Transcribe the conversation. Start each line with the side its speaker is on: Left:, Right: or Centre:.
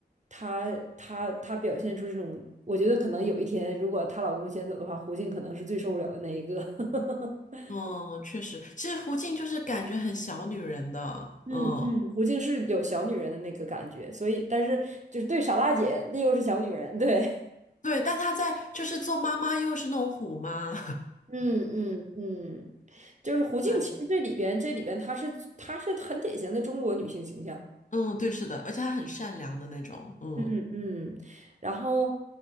Right: 她她她表现出这种，我觉得可能有一天，如果她老公先走的话，胡静可能是最受不了的那一个。<laughs>
Left: 嗯，确实，其实胡静就是感觉很小女人的，
Right: 嗯嗯，
Left: 嗯，
Right: 胡静是有小女人的那个感觉，所以但是就是对傻大姐，那又是小女人，对。
Left: 对，但她在就是做妈妈又是那种虎妈，
Right: <laughs> 嗯嗯嗯就是胡静，
Left: <laughs> 哎，
Right: 其实这里边这里边她是她是很典型的中国女性形象，
Left: 嗯，对，是的，而且她很善良的那种，嗯，
Right: 嗯嗯，然后